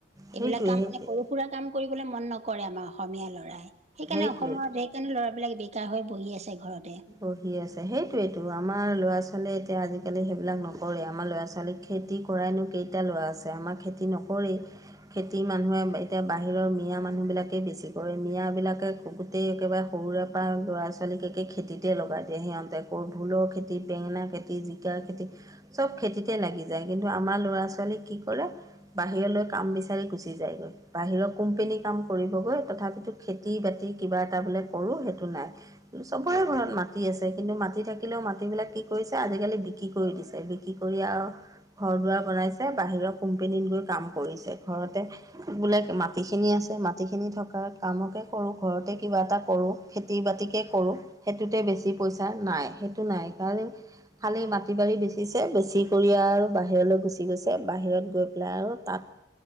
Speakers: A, on the right; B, on the right.
A: সেইটোৱেই
B: এইবিলাক কাম
A: সেইটোৱেই
B: মানে সৰু সুৰা কাম কৰিবলে মন নকৰে আমাৰ অসমীয়া ল'ৰাই সেইকাৰণে
A: সেইটোৱেই
B: অসমৰ দেশ - সেইকাৰণে ল'ৰাবিলাক বেকাৰ হৈ বহি আছে ঘৰতে।
A: বহি আছে, সেইটোয়েটো আমাৰ ল'ৰা ছোৱালীয়ে এতিয়া আজিকালি সেইবিলাক নকৰে আমাৰ ল'ৰা ছোৱালীক - খেতি কৰাইনো কেইটা ল'ৰা আছে আমাৰ খেতি নকৰেই। খেতি মানুহে এতিয়া বাহিৰৰ মিয়ঞা মানুহ বিলাকে বেছি কৰে মিয়াবলাকে - গোটেই একেবাৰে সৰুৰে পৰা ল'ৰা ছোৱালীক একে - খেতিতে লগাই দিয়ে সিহঁতে, ক ভুলৰ খেতি বেঙেনা খেতি জিকাৰ খেতি - চব খেতিতে লাগি যায়, কিন্তু আমাৰ ল'ৰা ছোৱালী কি কৰে - বাহিৰলৈ কাম বিচাৰি গুচি যায়গৈ, বাহিৰৰ কোম্পেনী কাম কৰিবগৈ তথাপিতো - খেতি বাতি কিবা এটা বোলে কৰো সেইটো নাই। চব - চবৰে ঘৰত মাটি আছে, কিন্তু মাটি থাকিলেও মাটিবিলাক কি কৰিছে, আজিকালি বিক্ৰী কৰি দিছে, বিক্ৰী কৰি আও - ঘৰ দুৱাৰ বনাইছে বাহিৰৰ কোম্পেনীত গৈ কাম কৰিছে, ঘৰতে - বোলে মাটিখিনি আছে মাটি খিনি থকা কামকে কৰো ঘৰতে কিবা এটা কৰো - খেতি বাতিকে কৰোঁ, সেইটোতে বেছি পইচা নাই, সেইটো নাই কাৰণ - খালী মাটি বাৰী বেচিছে, বেছি কৰি আৰু বাহিৰলৈ গুচি গৈছে, বাহিৰত গৈ পেলাই আৰু তাত -